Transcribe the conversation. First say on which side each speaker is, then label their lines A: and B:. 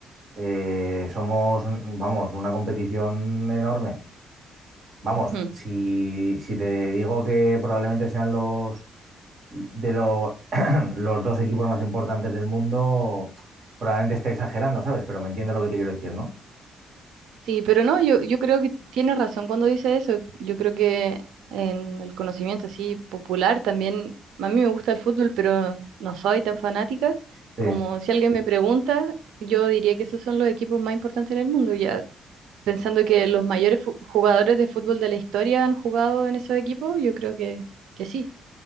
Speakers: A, on the right; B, on the right.
A: eh, somos, un- vamos, una competición enorme. Vamos,
B: Ujú.
A: si, si te digo que probablemente sean los de lo- <clears throat> los dos equipos más importantes del mundo, probablemente esté exagerando, ¿sabes? Pero me entiendes lo que te quiero decir, ¿no?
B: Sí, pero no, yo, yo creo que tienes razón cuando dice eso. Yo creo que en el conocimiento así popular también, a mí me gusta el fútbol, pero no soy tan fanática.
A: Sí.
B: Como si alguien me pregunta, yo diría que esos son los equipos más importantes en el mundo. Ya pensando que los mayores fu- jugadores de fútbol de la historia han jugado en esos equipos, yo creo que, que sí.